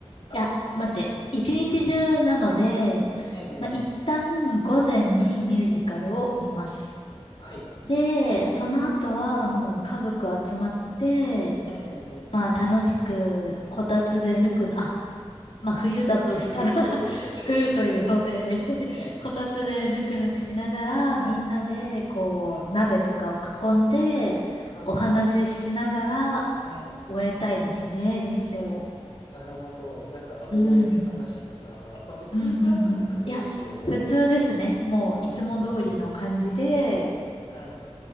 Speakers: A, on the left (about 55°); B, on the left (about 75°).
A: あ、
B: いや、待って。一日中なので、
A: ええ、ええええ
B: まあ、一旦午前にミュージカルを見ます。
A: はい、はい、
B: で、その後はもう家族集まって、
A: ええ、
B: まあ楽しくこたつでぬく、
A: ええ
B: あ、まあ冬だとしたら
A: 冬、冬という想定で、
B: <laughs> 冬という想定で
A: <laughs> はい、
B: <laughs>
A: ええ、
B: こたつでぬくぬくしながら、
A: はい、
B: みんなでこう鍋とかを囲んで、
A: ええ、あ
B: お話ししながら
A: あ、ええ、
B: 終えたいですね、人生を。
A: なるほど。なんか思い出話とか、
B: うん。
A: まあ普通に暮らすんですかね、
B: うんうんうん。いや、
A: むしろもう。
B: 普通ですね。
A: うん、
B: もういつも通りの感じで、
A: うん、うん、うん。はい。